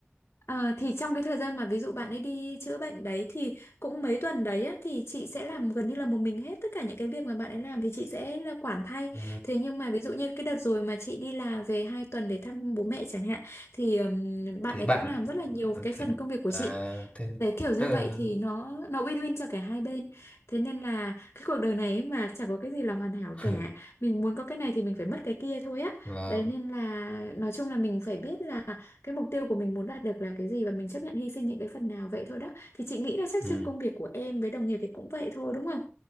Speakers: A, on the left; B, on the left.
A: Ờ, thì trong cái thời gian mà ví dụ bạn ấy đi chữa bệnh đấy thì cũng mấy tuần đấy á, thì chị sẽ làm gần như là một mình hết tất cả những cái việc mà bạn ấy làm thì chị sẽ là quản thay.
B: Ừ.
A: Thế nhưng mà ví dụ như cái đợt rồi mà chị đi là về hai tuần để thăm bố mẹ chẳng hạn thì ừm, bạn
B: Thế
A: ấy
B: bạn
A: cũng làm rất là nhiều cái
B: thế
A: phần công việc của
B: à
A: chị
B: thế
A: Đấy kiểu như
B: tức là
A: vậy thì nó nó win-win cho cả hai bên. Thế nên là cái cuộc đời này ấy mà chẳng có cái gì là hoàn hảo
B: <laughs>
A: cả. Mình muốn có cái này thì mình phải mất cái kia thôi á.
B: vâng.
A: Đấy nên là nói chung là mình phải biết là cái mục tiêu của mình muốn đạt được là cái gì và mình chấp nhận hy sinh những cái phần nào vậy thôi đó. Thì chị nghĩ là chắc
B: Ừ.
A: trên công việc của em với đồng nghiệp thì cũng vậy thôi đúng không?